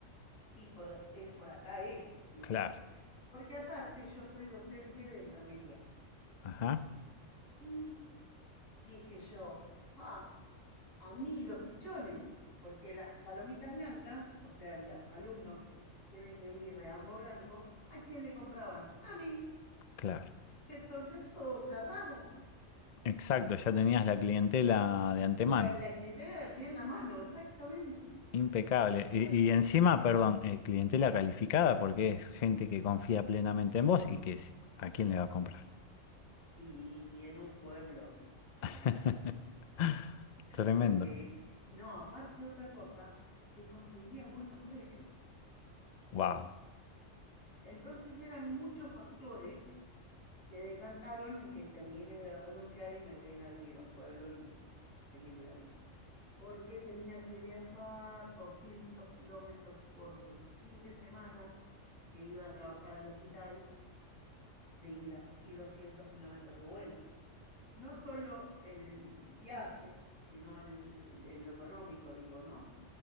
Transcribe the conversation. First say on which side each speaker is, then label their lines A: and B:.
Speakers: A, on the left; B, on the left.
A: sí, por, es, por acá es, ¿viste?
B: Claro.
A: Porque aparte yo soy docente de enfermería.
B: Ajá.
A: Y dije yo, ah, a mí los pichones, porque las palomitas blancas, o sea, los alumnos que tienen que ir de ambos blanco, ¿a quién le compraban? A mí.
B: Claro.
A: Entonces todo cerraba.
B: Exacto, ya tenías la clientela de antemano.
A: La, la clientela la tenía en la mano, exactamente.
B: Impecable.
A: Así que
B: Y,
A: bueno,
B: y encima, perdón, eh, clientela calificada porque es gente que confía plenamente en vos y que es- a quién le va a comprar.
A: y en un pueblo,
B: <laughs>
A: a nadie.
B: Tremendo.
A: Porque, no, aparte otra cosa, que conseguía buenos precios.
B: Wow.
A: Entonces eran muchos factores que decantaron en que termine de renunciar y me venga a vivir a un pueblo y feliz de la vida. Porque tenía que viajar 200 kilómetros por fin de semana que iba a trabajar al hospital de ida y 200 kilómetros de vuelta. No solo el viaje, sino el, el, en lo económico, digo, ¿no?